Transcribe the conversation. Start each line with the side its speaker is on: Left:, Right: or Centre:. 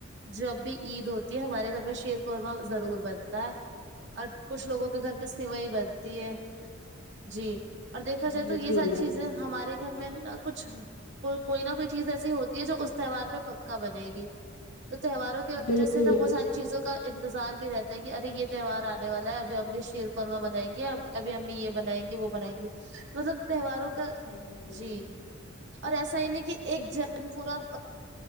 Right: جب بھی عید ہوتی ہے ہمارے گھر میں شیر خورمہ ضرور بنتا ہے اور کچھ لوگوں کے گھر پہ سوائی بنتی ہے جی اور دیکھا جائے
Left: بالکل
Right: تو یہ ساری چیزیں ہمارے گھر میں نا کچھ کو کوئی نہ کوئی چیز ایسی ہوتی ہے جو اس تہوار پہ پکا بنے گی تو تہواروں کی وجہ
Left: بالکل
Right: سے نا وہ ساری چیزوں کا انتظار بھی رہتا ہے کہ ارے یہ تہوار آنے والا ہے ابھی ہم بھی شیر خورمہ بنائیں گے ہم ابھی ہم بھی یہ بنائیں گے وہ بنائیں گے تو مطلب تہواروں کا
Left: کہہ رہی
Right: جی
Left: ہے
Right: اور ایسا ہی نہیں کہ ایک جن پورا